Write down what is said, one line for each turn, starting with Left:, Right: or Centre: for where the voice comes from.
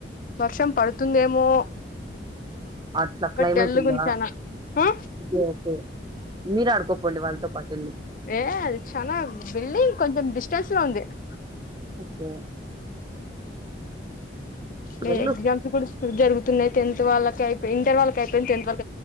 Left: వర్షం పడుతుందేమో
Right: అట్లా క్లైమేట్
Left: డల్
Right: ఉంద
Left: గుంచానా ఆ
Right: ఒకే ఒకే మీరు ఆడుకోపోండి వాళ్ళతో పాటు వెళ్ళి
Left: ఏ అది చనా బిల్డింగ్ కొంచెం డిస్టెన్స్ లో ఉంది <inaudible>
Right: ఓకే
Left: నే
Right: వెళ్ళు
Left: ఎగజామ్స్ కూడా జరుగుతు తున్నాయి టెన్త్ వాళ్ళకి అయి ఇంటర్ వాళ్ళకి అయిపోయి టెన్త్ వాళ్